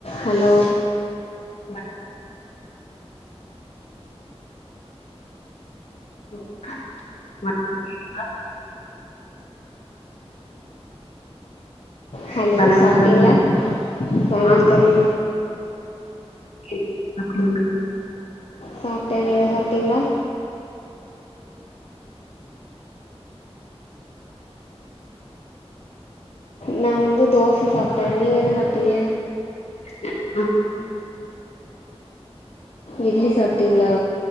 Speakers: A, on the left (about 65°); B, on the left (about 80°).
A: hello
B: வர <inaudible> கேட்டிங்ளா
A: hello
B: வணக்கம்
A: சாப்பிட்டிங்களா வணக்கம்
B: ஆ <unintelligible>
A: சாப்ட நீங்க சாப்டீங்களா நா வந்து தோச சாப்ட்ட நீங்க என்ன சாப்ட்டீங்க
B: இருக்கு
A: இட்லி சாப்டிங்களா